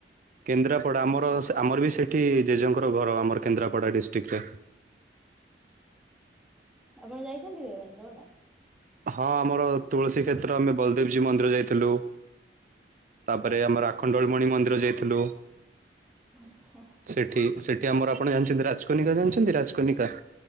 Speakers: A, on the right; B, in the centre.
A: କେନ୍ଦ୍ରାପଡା ଆମର ସେ ଆମର ବି ସେଠି ଜେଜେଙ୍କର ଘର ଆମର କେନ୍ଦ୍ରାପଡା ଡିଷ୍ଟ୍ରିକ୍ଟରେ।
B: ଆପଣ ଯାଇଛନ୍ତି କେବେ କେନ୍ଦ୍ରାପଡା।
A: ହଁ ଆମର ତୁଳସୀ କ୍ଷେତ୍ର ଆମେ ବଲଦେବଜୀଉ ମନ୍ଦିର ଯାଇଥିଲୁ। ତାପରେ ଆମର ଆଖଣ୍ଡଳମଣି ମନ୍ଦିର ଯାଇଥିଲୁ।
B: ଆଚ୍ଛା
A: ସେଠି ସେଠି ଆମର ଆପଣ ଜାଣିଛନ୍ତି ରାଜକନିକା ଜାଣିଛନ୍ତି ରାଜକନିକା।